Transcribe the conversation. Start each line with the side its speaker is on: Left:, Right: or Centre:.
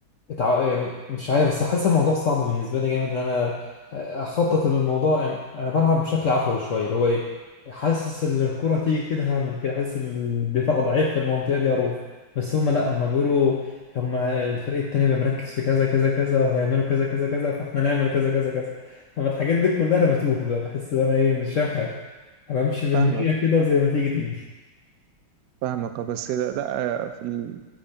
Left: اتع... يعني مش عارف بس حاسس الموضوع صعب بالنسبه لي جامد ان انا اخطط للموضوع يعني انا بلعب بشكل عفوي شويه اللي هو ايه حاسس ان الكره تيجي كده هعمل كده حاسس ان الدفاع ضعيف في المنطقه دي اروح بس هم لا هم بيقولوا هم الفريق التاني بيبقى مركز في كذا كذا كذا وهيعملوا كذا كذا كذا فاحنا نعمل كذا كذا كذا طب الحاجات دي كلها انا بتوه بقى بحس ان انا ايه مش فاهم حاجه انا امشي بالمية
Right: فاهمك
Left: كده وزي ما تيجي تيجي
Right: فاهمك آه، بس كده لا آه، في ال...